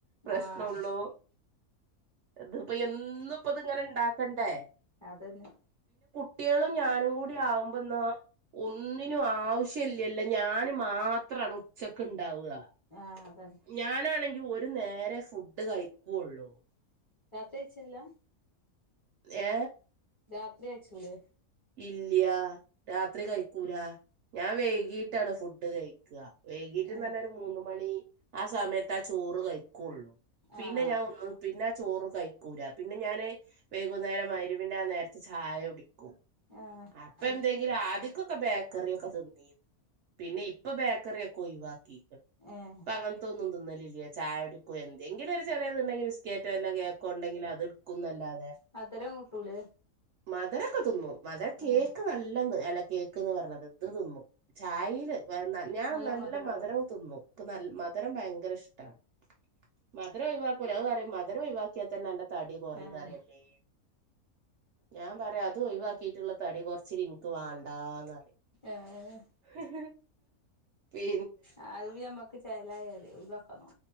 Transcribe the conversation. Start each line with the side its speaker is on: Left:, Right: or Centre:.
Right: പ്രശ്നള്ളൂ
Left: ആഹ്
Right: ഇത്പ്പ എന്നും ഇപ്പ അത് ഇങ്ങനെ ഉണ്ടാക്കണ്ടേ
Left: അതന്നെ
Right: കുട്ട്യാളും ഞാനും കൂടി ആകുമ്പോന്ന് ഒന്നിനും ആവശ്യല്ലല്ലോ ഞാൻ മാത്രമാണ് ഉച്ചക്ക് ഉണ്ടാവുക
Left: ആഹ് അതന്നെ
Right: ഞാനാണെങ്കി ഒരു നേരെ ഫുഡ് കഴിക്കുള്ളൂ
Left: രാത്രി കയിച്ചല്ലാ
Right: ഏ
Left: രാത്രി അയച്ചൂലെ
Right: ഇല്ല്യ രാത്രി കഴിക്കൂല ഞാൻ വേകിട്ടാണ് ഫുഡ് കഴിക്കുക വൈകീട്ട്
Left: ഏഹ്
Right: തന്നെ ഒരു മൂന്ന മണി ആ സമയത്ത് ആ ചോറ് കഴിക്കുള്ളു പിന്നെ
Left: ആഹ്
Right: ഞാൻ
Left: അപ്പൊ
Right: ഒന്നും പിന്നെ ചോറ് കഴിക്കൂല പിന്നെ ഞാന് വൈകുന്നേരം മൈരവിന്റെ ആ നേരത്തെ ചായ കുടിക്കും
Left: ആഹ്
Right: അപ്പ
Left: അത്
Right: എന്തെങ്കിലും ആധിക് ബേക്കറൊക്കെ തിന്നു പിന്നെ ഇപ്പ ബേക്കറൊക്കെ ഒഴിവാക്കി
Left: ഏഹ്
Right: അപ്പ അങ്ങനത്തെ ഒന്നും തിന്നലില്ല ചായ എടുക്കും എന്തെങ്കിലും ഒരു ചെറിയത്തുണ്ടെങ്കിൽ ബിസ്ക്കറ്റോ എല്ലോ കേക്കോണ്ടങ്കിലും അത് എടുക്കുന്നല്ലാതെ
Left: മ തരം കൂട്ടൂലേ
Right: മധരൊക്കെ തിന്നു മധുര കേക്ക
Left: ഏഹ്
Right: നല്ല തി കേക്ക്ന്ന് പറഞ്ഞത് എന്ത് തിന്നും ചായന്റെ വ ഞാൻ
Left: നല്ലോ
Right: നല്ല
Left: മധുരടും
Right: മധരം തിന്നു ഇപ്പ മധുരം ഭയങ്കര ഇഷ്ടമാണ് മധുര ഒഴിവാക്കൂല്ല അത് അറിയ മധുര ഒഴവാക്കിയാ തന്നെ എന്റെ തടി കുറുന്നറിയല്ലേ
Left: ഏഹ്
Right: ഞാൻ പറയാ അതും ഒഴിവാക്കിട്ടുള്ള തടി കൊറച്ച ഇനിക്ക് വേണ്ടാന്നറിയാം
Left: ആഹ
Right: ഹ ഹ പി
Left: ആ അത് ഞമ്മക്ക് ചെലായാലേ വെക്കൊതോ